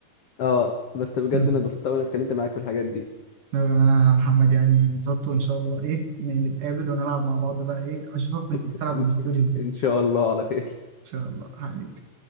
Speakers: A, on the left (about 85°); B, on the right (about 55°).
A: اه بس بجد
B: مم.
A: انا اتبسطت وانا اتكلمت معاك في الحاجات دي
B: لا، انا محمد يعني انبسطت وان شاء الله ايه نتقابل ونلعب مع بعض بقى ايه اشوفك وانت بتلعب
A: <laughs> ان
B: الستوريز دي
A: إن
B: ان
A: شاء الله على خير
B: شاء الله حبيبي